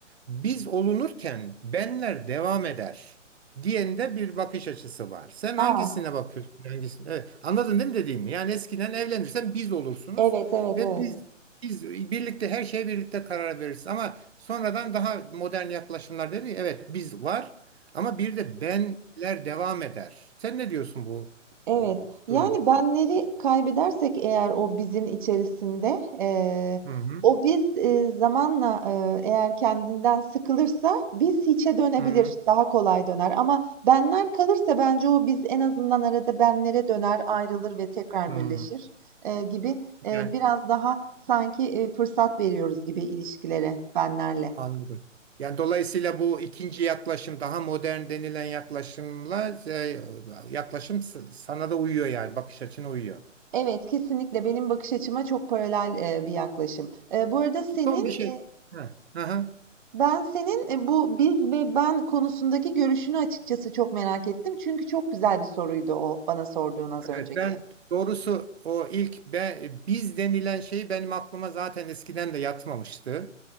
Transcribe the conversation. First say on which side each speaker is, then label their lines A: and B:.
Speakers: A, on the right; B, on the right.
A: Biz olunurken benler devam eder diyende bir bakış açısı var. Sen
B: Aa,
A: hangisine bakıyorsun? Hangisine? Evet. Anladın değil mi dediğimi? Yani eskiden evlenirsen biz olursunuz
B: evet evet
A: ve
B: evet.
A: biz biz birlikte her şeye birlikte karar veririz ama sonradan daha modern yaklaşımlar dedi. Evet biz var ama bir de benler devam eder. Sen ne diyorsun bu
B: Evet,
A: e,
B: yani
A: durum?
B: benleri kaybedersek eğer o bizim içerisinde, eee,
A: Hı hı,
B: o biz eee, zamanla eee, eğer kendinden sıkılırsa biz hiçe dönebilir,
A: hı
B: daha kolay döner. Ama benler kalırsa bence o biz en azından arada benlere döner, ayrılır ve tekrar
A: hı.
B: birleşir eee, gibi
A: Yani
B: eee, biraz daha sanki eee, fırsat veriyoruz gibi ilişkilere benlerle.
A: anladım. Yani dolayısıyla bu ikinci yaklaşım daha modern denilen yaklaşımla e, yaklaşım s- sana da uyuyor yani bakış açına uyuyor.
B: Evet, kesinlikle benim bakış açıma çok paralel eee, bir yaklaşım. Eee, bu arada senin
A: Son bir şey.
B: eee,
A: Hı. Aha.
B: Ben senin e, bu biz ve ben konusundaki görüşünü açıkçası çok merak ettim. Çünkü çok güzel bir soruydu o bana sorduğun az önceki.
A: Evet ben doğrusu o ilk be, biz denilen şeyi benim aklıma zaten eskiden de yatmamıştı.